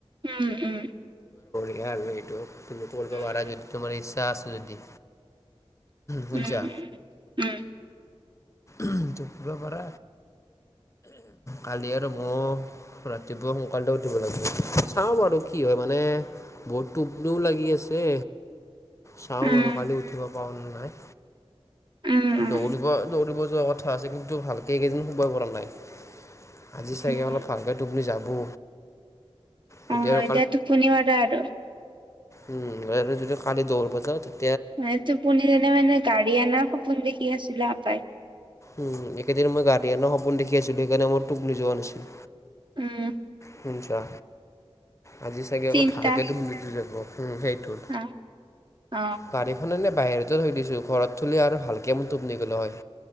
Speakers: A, on the right; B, on the left.
A: উম, উম।
B: দিয়া আৰু সেইটো, তুমি কৰব
A: উম,
B: পাৰা যদি, তোমাৰ ইচ্ছা আছে যদি। শুনছা
A: উম, উম, উম।
B: উম, টো পুৰা পাৰা, কালি আৰু মো ৰাতিপুৱা সোনকালতে উঠিব লাগিব, চাওঁ বাৰু কি হয়, মানে বহুত টোপনিও লাগি আছে। চাওঁ
A: উম,
B: বাৰু, কালি উঠিব পাওঁ নে নাই।
A: উম, উম,
B: দৌৰিব, দৌৰিব যোৱা কথা আছে, কিন্তু ভালকে এইকেইদিন শুবা পাৰা নাই। আজি চাগে
A: উম।
B: অলপ ভালকে টোপনি যাব। যদি
A: অ',
B: আৰু
A: এতিয়া টোপনি মাৰা আৰু।
B: উম, ইয়াৰে যদি কালি দৌৰবা যাওঁ, তে
A: মই টোপনিত এনে মানে গাড়ী আনাৰ সপোন দেখি আছিলোঁ, আপাই।
B: উম, এইকেদিন মই গাড়ী আনা সপোন দেখি আছিলোঁ, সেইকাৰণে মোৰ টোপনি যোৱা নাছিল।
A: উম
B: শুনছা? আজি চাগে
A: চিন্তা
B: অলপ ভালকে টোপনিতো যাব, উম সেইটো,
A: অ অ
B: গাড়ীখন এনে বাহিৰতে থৈ দিছোঁ। ঘৰত থ'লি আৰু ভালকে মোৰ টোপনি গেলা হয়।